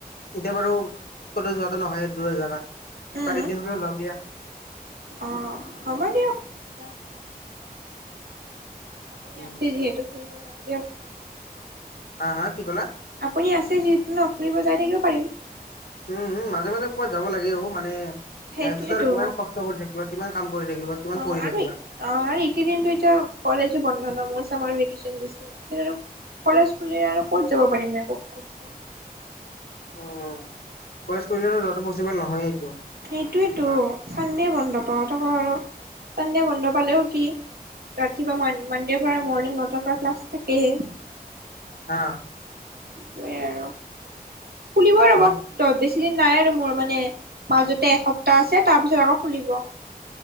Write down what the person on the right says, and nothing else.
উম
অ', হব দিয়ক। যাম আপুনি
আছে যিহেতু, ফুৰিব যাম দিয়ক।
আপুনি আছে যিহেতু ন'? ফুৰিব যাই থাকিব পাৰিম।
সেইটোয়েতো
অ'
আৰু
অ' আৰু এইকেইদিনটো এতিয়া কলেজো বন্ধ ন' মোৰ। ছামাৰ ভেকেশ্যন দিছে। <unintelligible> কলেজ খুলিলে আৰু ক'ত যাব পাৰিম এ, ক- কওঁকচোন?
সেইটোৱেটো।
ছানডে বন্ধ পাওঁ, তাকো আৰু। ছানডে বন্ধ পালেও কি ৰাতিপুৱা মন- মানডেৰ পৰা মৰ্ণিং নটাৰ পৰা ক্লাছ থাকেয়ে।
সেইটোৱে আৰু। খুলিবই ৰব।
ত বেছি দিন নাই আৰু মোৰ, মানে মাজতে এসপ্তাহ আছে। তাৰ পিছত আকৌ খুলিব।